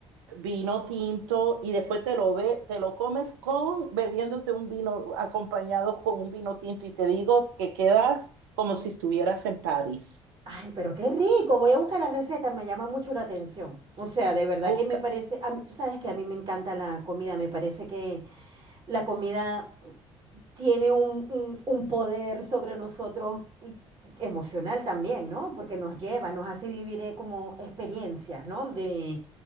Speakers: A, on the right (about 65°); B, on the right (about 35°).
A: vino tinto y después te lo ve, te lo comes con bebiéndote un vino acompañado con un vino tinto y te digo que quedas como si estuvieras en París.
B: Ay, pero qué rico, voy a buscar la receta, me llama mucho la atención. O sea, de verdad
A: Busca,
B: que me parece, a mí- tú sabes que a mí me encanta la comida, me parece que la comida tiene un, un- un poder sobre nosotros y- emocional también, ¿no? Porque nos lleva, nos hace vivir eh, como experiencias, ¿no? De,